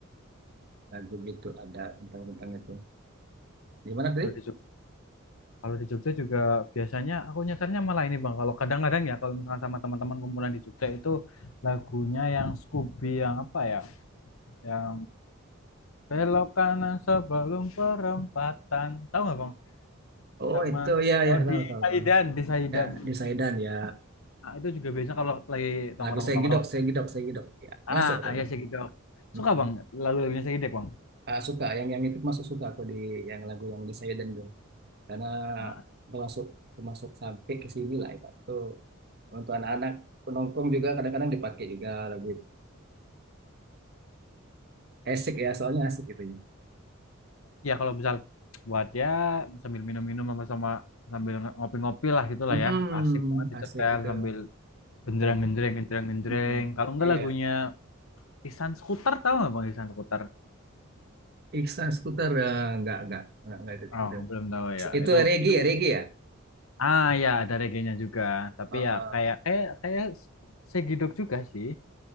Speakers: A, on the right; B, on the left.
A: lagu gitu ada tentang tentang itu di mana tadi
B: di Jogja? Kalau di Jogja juga biasanya aku nyetelnya malah ini Bang. Kalau kadang-kadang ya kalau misalkan sama teman-teman kumpulan di Jogja itu lagunya yang Scooby yang apa ya? Yang Belok kanan sebelum perempatan. Tahu nggak bang?
A: Oh
B: Sama
A: itu ya
B: oh
A: ya
B: di
A: tahu tahu
B: Saidan,
A: tahu
B: di Saidan.
A: ya di Saidan ya
B: Nah, itu juga biasanya kalau lagi tongkrong-tongkrong.
A: Lagu Saya Gidok, Saya Gidok, Saya Gidok. Ya,
B: Ah,
A: masuk tuh.
B: ya
A: tuh.
B: Segidok. Suka
A: Mm-mm.
B: bang lagu-lagunya Segidok bang.
A: Ah, suka yang yang itu masuk suka aku di yang lagu yang ini saya dan gue karena
B: Ah,
A: termasuk termasuk sampai ke sini lah itu. Itu untuk anak-anak penongkrong juga kadang-kadang dipakai juga lagu itu. Asik ya, soalnya asik gitu.
B: ya kalau misal buat ya sambil minum-minum sama sama sambil ngopi-ngopi lah gitulah
A: Mm-mm.
B: ya. Asik banget
A: Asik
B: disetel
A: itu
B: sambil genjreng-genjreng,
A: lagu.
B: genjreng-genjreng.
A: Mm-mm.
B: Kalau enggak
A: Iya.
B: lagunya Ihsan Skuter tahu nggak bang Ihsan Skuter?
A: Iksan Skuter eh, nggak nggak nggak nggak itu.
B: Oh,
A: itu.
B: belum tahu ya.
A: Itu
B: Itu
A: reggae
B: itu
A: ya, reggae ya.
B: Ah ya ada reggae-nya juga, tapi
A: Uh, uh.
B: ya kayak kayak kayak segidok juga sih